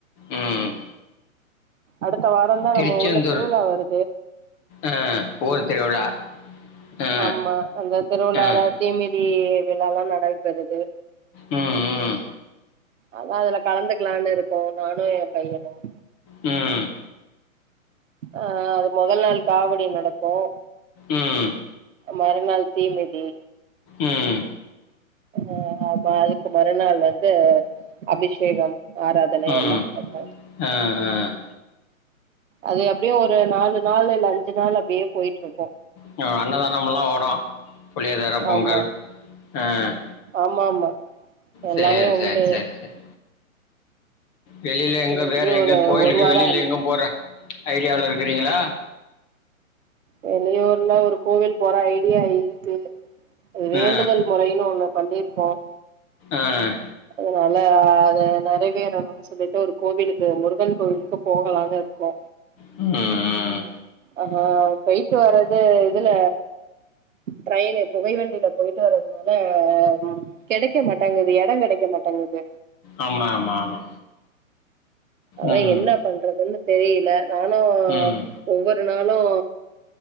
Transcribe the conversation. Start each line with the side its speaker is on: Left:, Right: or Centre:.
Left: ம்
Right: அடுத்த வாரந்தா
Left: திருச்செந்தூர்
Right: நம்ம ஊர்ல திருவிழா வருது
Left: ஆஹ் ஊர் திருவிழா ஆ
Right: ஆமா அந்த திருவிழால
Left: ஆ
Right: தீமித் இடி விழாலாம் நடைபெறுது
Left: ம்ம்
Right: அதான் அதுல கலந்துக்கலானு இருக்கோம் நானும் என் பையனும்
Left: ம்
Right: ஆஹ் அது முதல் நாள் காவடி நடக்கும்
Left: ம்
Right: மறுநாள் தீமிதி
Left: ம்
Right: ஆ ஆமா அதுக்கு மறுநாள் வந்து அபிஷேகம் ஆராதனை
Left: உம்
Right: எல்லா நடக்கு
Left: ஆஹ் ஆஹ்
Right: அது எப்டியும் ஒரு நாலு நாள் இல்ல அஞ்சு நாள் அப்டியே போயிட்ருக்கும்
Left: ஹ அன்னதானமெல்லாம் ஓடும் புளிய தர பொங்கல்
Right: ஆமா
Left: அஹ்
Right: ஆமா ஆமா எல்லாமே
Left: செரி
Right: உண்டு
Left: செரி செரி செரி வெளில எங்கும்
Right: அது எப்டியு
Left: வேற எங்கும்
Right: ஒரு
Left: கோயிலுக்கு
Right: ஒரு வாரோ
Left: வெளில
Right: வந்துரு
Left: எங்கும் போற ஐடியாவுல இருக்குறீங்களா
Right: வெளியூர்ல ஒரு கோவில் போற ஐடியா இருக்கு அது வேண்டுதல்
Left: ஆ
Right: மொறைனு ஒன்னு பண்ணிருக்கோம்
Left: ஆஹ்
Right: அதனால அது நெறைவேரணுன்னு சொல்லிட்டு ஒரு கோவிலுக்கு முருகன் கோவிலுக்கு போகலாண்ணு இருக்கோ
Left: ம்.
Right: ஆ ஹா போய் போறது இதுல ட்ரெயினு புகைவண்டியில போயிட்டு வறதுனால ம் கெடைக்க மாட்டேங்குது எடோ கெடைக் க்க மாட்டிங்கிது
Left: ஆமா -ஆமா -ஆமா
Right: அனா
Left: ம்.
Right: என்ன பண்றதுன்னு தெரியல நானும்
Left: ம்.
Right: ஒவ்வொர் வொரு நாளும்